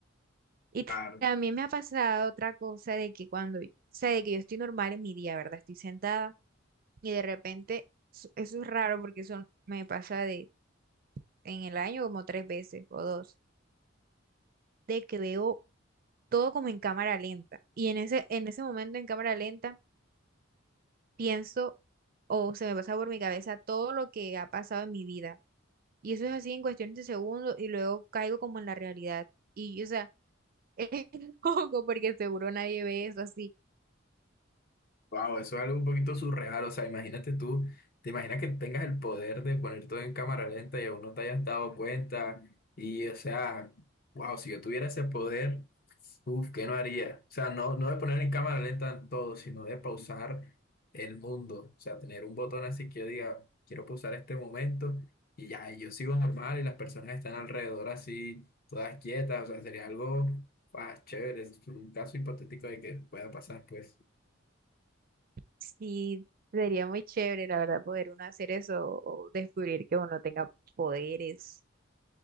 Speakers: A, on the right; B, on the left.
A: Y
B: claro.
A: t- también me ha pasado otra cosa de que cuando, o sea, de que yo estoy normal en mi día, ¿verdad? Estoy sentada y de repente, eso eso es raro porque eso me pasa de en el año como tres veces o dos, de que veo todo como en cámara lenta. Y en ese, en ese momento en cámara lenta pienso o se me pasa por mi cabeza todo lo que ha pasado en mi vida. Y eso es así en cuestiones de segundos y luego caigo como en la realidad. Y, o sea, <laughs> es loco porque seguro nadie ve eso así.
B: Wow, eso es algo un poquito surreal. O sea, imagínate tú, te imaginas que tengas el poder de poner todo en cámara lenta y aún no te hayas dado cuenta. Y, o sea, wow, si yo tuviera ese poder, uf, ¿qué no haría? O sea, no, no de poner en cámara lenta todo, sino de pausar el mundo. O sea, tener un botón así que yo diga, quiero pausar este momento y ya, y yo sigo normal y las personas están alrededor así, todas quietas. O sea, sería algo, ah, chévere. Es un caso hipotético de que pueda pasar, pues.
A: Sí, sería muy chévere, la verdad, poder uno hacer eso o descubrir que uno tenga poderes